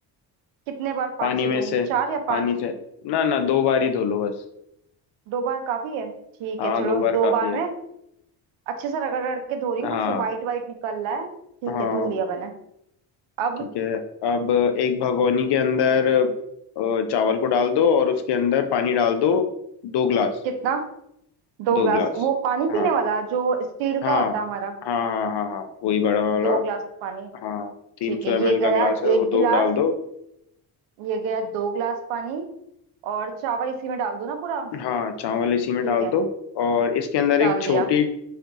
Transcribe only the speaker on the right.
कितने बार पानी
से
धोऊं
चार या पांच
दो बार काफी है ठीक
है चलो
दो
बार
में अच्छे से रगड़ रगड़ के धो रही
हूँ कुछ वाइट वाइट निकल रहा है ठीक
है धुल लिया मैंने अब
कितना दो
ग्लास
वो पानी
पीने वाला जो स्टील
का होता है हमारा
दो ग्लास पानी
ठीक
है
ये
गया
एक
गिलास
ये गया दो गिलास पानी और चावल इसी में डाल दो ना पूरा
ठीक
है
डाल
दिया